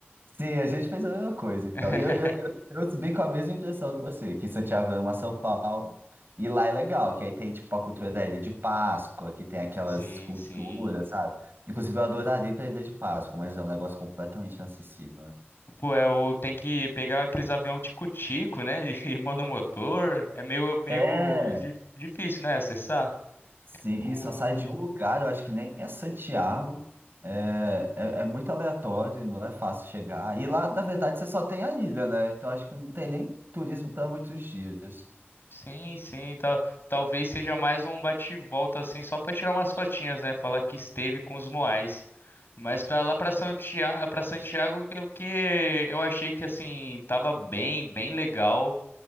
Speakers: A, on the right; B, on the left.
A: Sim, a gente fez a mesma coisa e tal.
B: <laughs>
A: E eu, eu, eu vim com a mesma impressão que você, que Santiago ama São Paulo. E lá é legal, que aí tem tipo a cultura da Ilha de Páscoa, que tem aquelas
B: Sim,
A: esculturas,
B: sim.
A: sabe? Inclusive eu adoraria ir pra Ilha de Páscoa, mas é um negócio completamente inacessível, né?
B: Pô, é, eu tenho que pegar aqueles avião tico-tico, né? De <laughs> monomotor. É meio, meio
A: É,
B: di- difícil, né? Acessar.
A: sim,
B: O...
A: só sai de um lugar, eu acho que nem é Santiago. É, é, é muito aleatório, não é fácil chegar. E lá, na verdade, você só tem a ilha, né? Então acho que não tem nem turismo para muitos dias.
B: Sim, sim. tal- Talvez seja mais um bate-volta, assim, só pra tirar umas fotinhas, né? Falar que esteve com os Moais. Mas pra lá, pra Santiago, para Santiago, que- o que eu achei que, assim, tava bem, bem legal.